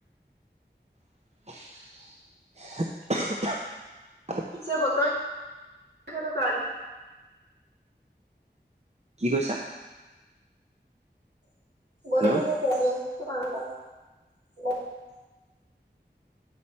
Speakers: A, on the right; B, on the right.
A: <inaudible>
B: পিছে <unintelligible> কেনেকুৱা আজি?
A: কি কৈছা?
B: <unintelligible>
A: হেল্ল'